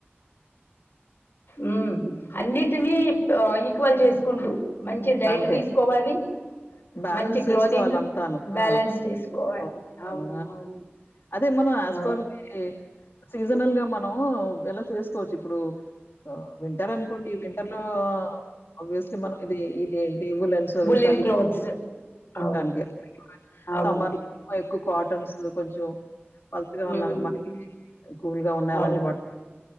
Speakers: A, on the left; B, on the left.
A: ఉమ్ అన్నిటిని ఆ ఈక్వల్ చేసుకుంటు మంచి డైట్
B: అంటే
A: తీసుకోవాలి
B: బ్యాలెన్స్
A: మంచి క్లోథింగ్
B: చేసుకోవాలంతాను.
A: బ్యాలెన్స్
B: ఆ!
A: చేసుకోవాలి
B: చేసుకోవాలంతాను.
A: అవును
B: ఆ!
A: అవును
B: అదే మనం యాస్
A: అవును
B: పర్ ది సీజనల్ గా మనం ఎలా చేసుకోవచ్చు ఇప్పుడు వింటర్ అనుకోండి వింటర్ లో అబ్వియస్లీ మనం ఇది ఇది ఏంటి వులెన్స్ అవి
A: ఉలెన్
B: చలికి
A: క్లోత్స్ అవును
B: దానికి
A: అవును
B: సమ్మర్ లో ఎక్కువ కాటన్స్ కొంచెం పల్సగా
A: మ్మ్
B: ఉన్నవి మనకి కూల్గా ఉన్నాయి
A: అవును
B: అలాంటి వాటితో